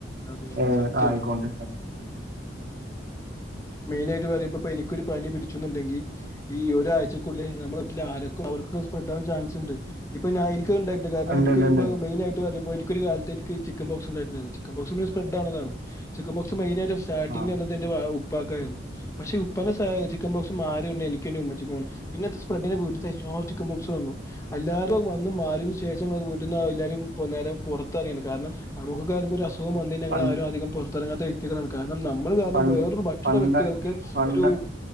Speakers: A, on the left (about 15°); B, on the right (about 55°).
A: അതെ അതെ
B: ഏ
A: സത്യായിട്ടും
B: ആയിക്കൊണ്ടി
A: മെയിൻ ആയിട്ട് പറയുമ്പ എനിക്കൊരു പനി പിടിച്ചുന്നുുണ്ടെങ്കിൽ ഈ ഒരാഴ്ച നമ്മ ആക്കും അവർക്കെ സ്പ്രെഡ് ആൻ ചാൻസ് ഉണ്ട് ഇപ്പൊ ഉണ്ടായിട്ട കാരണം
B: ഇണ്ട്
A: എനിക്കൊരുപ്പോ
B: ഇണ്ട് ഇണ്ട്
A: മെയിായിട്ട് പറയുമോൾ എക്ക് ഒരു കാലത്ത്നിക്ക് ചിക്കൻ ബോ ഉണ്ട ചിക്കൻ ബ സാണ് ചിക്കൻ ബോക്സ് മെനായി് സ്റ്റാി
B: ആഹ്
A: ഉപ്പാക്കായിരുന്നു പക്ഷെ ഉപ്പിക്കൻ പോക്ഷ മാറി എനിക്ക ഉമ്മ പിന്നെ സ്പ്രഡെ വീട്ട ചൻ ബോക് വന്നു എല്ലാവരും വന്ന് മാറതിു ശേഷ വീട്ട എല്ലും നേ പുറത്ത കാരണം നമുക്ക് കരുോ ഒരു അസുഖം വന്ന
B: പണ്ട്
A: ഞൾ ആരും അധം പുറത്തിറങ്ങാത്ത വ്യക്കളാണ് കാരണം നമ്മൾ
B: പണ്ട്
A: വേറൊ മറ്റുള്ള
B: പണ്ട്
A: വ്യക്തികൾക്ക്
B: പണ്ട്
A: ഒരു